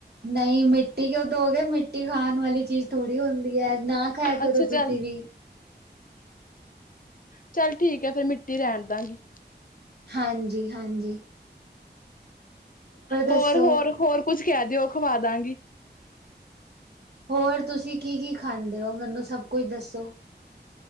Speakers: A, on the right (about 65°); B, on the left (about 50°).
A: ਨਈ ਮਿੱਟੀ ਕਯੋ ਦੋ ਗੇ ਮਿੱਟੀ ਖਾਨ ਵਾਲੀ ਚੀਜ ਥੋੜੀ ਓਂਦੀ ਐ ਨਾ ਖਾਇਆ ਕਰੋ
B: ਅੱਛਾ ਚੱਲ,
A: ਤੁਸੀਂ ਵੀ
B: ਚੱਲ ਠੀਕ ਐ ਫੇਰ ਮਿੱਟੀ ਰੈਨ ਦਾਗੀ।
A: ਹਾਂਜੀ-ਹਾਂਜੀ।
B: ਹੋਰ-ਹੋਰ,
A: ਦੱਸੋ
B: ਹੋਰ ਕੁੱਛ ਕੈ ਦੇਓ ਖਵਾ ਦਾਗੀ।
A: ਹੋਰ ਤੁਸੀ ਕੀ-ਕੀ ਖਾਂਦੇ ਓ ਮੈਨੂੰ ਸੱਬ ਕੁਛ ਦੱਸੋ।